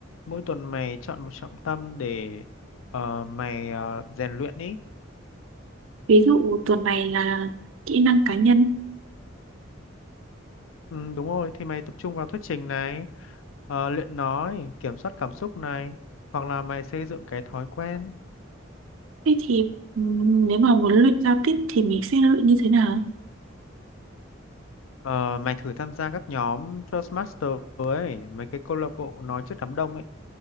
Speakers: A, on the left (about 80°); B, on the right (about 75°).
A: Mỗi tuần mày chọn một trọng tâm để ờ, mày ờ, rèn luyện ý.
B: ví dụ tuần này là kỹ năng cá nhân
A: Ừ, đúng rồi thì mày tập trung vào thuyết trình này ờ, luyện nói kiểm soát cảm xúc này hoặc là mày xây dựng cái thói quen
B: thế thì ừm, nếu mà muốn luyện giao tiếp thì mình sẽ luyện như thế nào
A: Ờ, mày thử tham gia các nhóm Toastmaster ấy mấy cái câu lạc bộ nói trước đám đông ấy